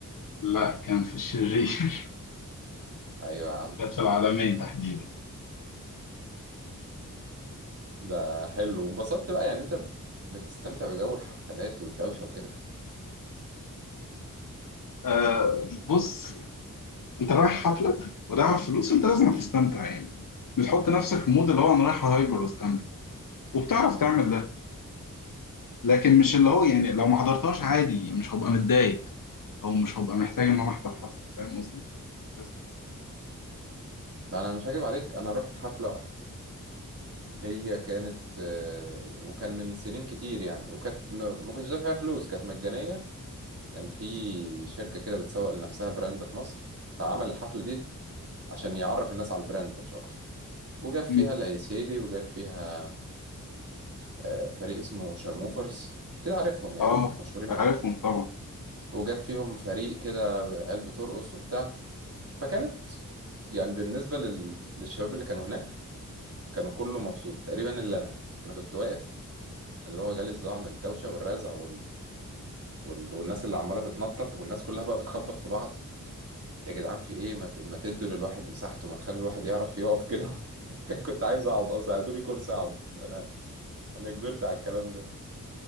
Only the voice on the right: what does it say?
ايوه يا عم
ده حلو وانبسطت بقى يعني انت بتستمتع بجو الحفلات والدوشة وكده
ما انا مش هكذب عليك انا رحت حفلة واحدة هي كانت آه، وكان من سنين كتير يعني وكانت ما ما كنتش دافع فيها فلوس كانت مجانية كان في شركة كده بتسوق لنفسها براند في مصر فعمل الحفلة دي عشان يعرف الناس على البراند مش اكتر وجاب فيها
العيسيلي وجاب فيها آه، فريق اسمه شرموفرز كده عارفهم يعني
مشهورين
قوي
وجاب فيهم فريق كده عيال بترقص وبتاع فكانت يعني بالنسبة لل... للشباب اللي كانوا هناك كانوا كله مبسوط تقريبا إلا أنا أنا كنت واقف اللي هو جالي الصداع من الدوشة والرزع وال... وال... والناس اللي عمالة تتنطط والناس كلها بقى بتخبط في بعض يا جدعان في إيه ما, ت... ما تدوا للواحد مساحته ما تخلي الواحد يعرف يقف كده <laughs> كنت عايز أقعد أصلا هاتولي كرسي أقعد أنا أنا كبرت على الكلام ده